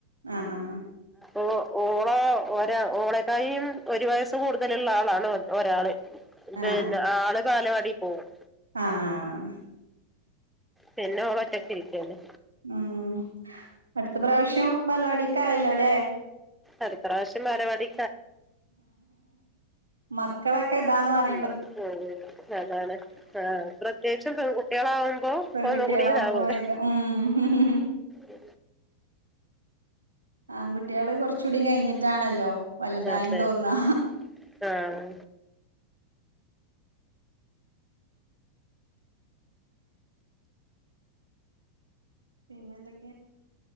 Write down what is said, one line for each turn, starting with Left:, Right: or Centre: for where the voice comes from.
Right: ആ ആ
Centre: ഓ ഓളേ ഒരാ ഓളക്കായും ഒരു വയസ്സ് കൂടുതലുള്ള ആളാണ് ഒരാള് ഇതെന്നെ
Right: ആഹ് ആഹ്
Centre: ആള് ബാലവാടി പോവും
Right: ആഹ് ആഹ്
Centre: പിന്നെ ഓളൊറ്റക്കിരിക്കല്ലേ
Right: ഉം അടുത്ത പ്രാവശ്യം ബാലവാടിക്കായല്ലോ ലെ
Centre: അടുത്തറാശ്യം ബാലവാടി
Right: മക്കളൊക്കെ ഇതാന്ന് പറയു
Centre: മ് അതാണ് ആ പ്രത്യേകിച്ചും പെൺകുട്ട്യേളാവുമ്പൊ
Right: പെൺകുട്ടികളാവുമ്പോ
Centre: ഒന്നു കൂടി താവോല്ലോ
Right: വേഗം ഉം
Centre: അ
Right: ആൺകുട്ട്യേള് കൊറച്ചൂടിം കയ്ഞ്ഞ്ട്ടാണല്ലോ വലുതായി
Centre: അതെ
Right: തോന്നാ
Centre: അതെ ആഹ്
Right: പിന്നെ എന്തൊക്കെ